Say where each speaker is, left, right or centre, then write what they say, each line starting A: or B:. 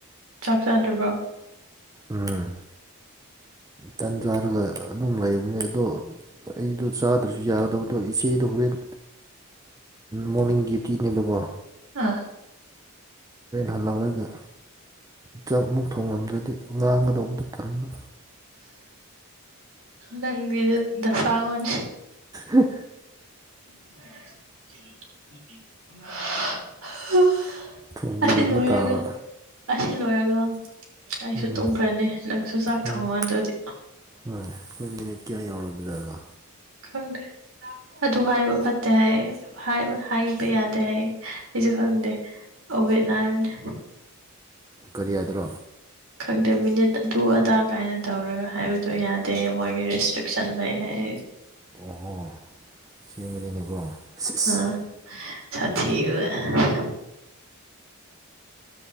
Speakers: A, on the right; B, on the right.
A: ꯆꯥꯟꯗ꯭ꯔꯤꯕꯨꯔ
B: ꯎꯝ ꯇꯟ ꯆꯥꯔꯒ ꯑꯗꯨꯝ ꯂꯩꯕꯅꯦ ꯑꯗꯣ ꯑꯩꯗꯣ ꯆꯥꯗ꯭ꯔꯁꯨ ꯌꯥꯒꯗꯧꯕꯗꯣ ꯏꯆꯦꯗꯣ ꯍꯣꯔꯦꯟ ꯃꯣꯔꯅꯤꯡ ꯗ꯭ꯌꯨꯇꯤ ꯅꯅꯤꯕꯒꯣ
A: ꯑ
B: ꯍꯜꯂꯛꯑꯒ ꯆꯥꯛ ꯑꯃꯨꯛ ꯊꯣꯡꯂꯝꯗ꯭ꯔꯗꯤ ꯉꯥꯡꯒꯗꯧꯕꯗꯣ ꯇꯟꯕ
A: ꯂꯩ ꯒꯤ ꯗꯁꯥꯥꯎꯟ
B: ꯎ
A: <unintelligible> <unintelligible>
B: ꯊꯣꯡꯕꯤꯔꯝꯕ
A: ꯑꯁꯤ ꯂꯣꯏꯔꯒ
B: ꯇꯥꯕ
A: ꯑꯁꯤ ꯂꯣꯏꯔꯒ ꯑꯩꯁꯨ
B: ꯎꯝ
A: ꯇꯨꯝꯈ꯭ꯔꯅꯤ ꯅꯪꯁꯨ ꯆꯥꯛ
B: ꯍꯣꯏ
A: ꯊꯣꯡꯉꯣ ꯑꯗꯨꯗꯤ
B: ꯍꯣꯏ ꯑꯩꯈꯣꯏ ꯃꯤꯅꯤꯠ ꯀꯌꯥ ꯌꯧꯔꯕꯖꯥꯠꯂꯣ
A: ꯈꯪꯗꯦ ꯑꯗꯨ ꯍꯥꯏꯕ ꯐꯠꯇꯦ ꯍꯥꯏꯌꯦ ꯍꯥꯏꯕ ꯌꯥꯗꯦ ꯍꯥꯏꯌꯦ ꯑꯩꯁꯨ ꯈꯪꯗꯦ ꯑꯣꯕꯦꯠꯅ ꯍꯥꯏꯕꯅꯤ
B: ꯀꯔꯤꯌꯥꯗ꯭ꯔ
A: ꯈꯪꯗꯦ ꯃꯤꯅꯤꯠ ꯑꯗꯨ ꯑꯗꯥ ꯀꯥꯏꯅ ꯇꯧꯔꯒ ꯍꯥꯏꯕꯗꯣ ꯌꯥꯗꯦ ꯃꯣꯏꯒꯤ ꯔꯦꯁꯇ꯭ꯔꯤꯛꯁꯟ ꯂꯩ ꯍꯥꯏ
B: ꯑꯣꯍꯣ ꯁꯦꯡꯕꯅꯤꯅꯦꯀꯣ ꯁꯤꯁ
A: ꯍ ꯑ ꯑ ꯊ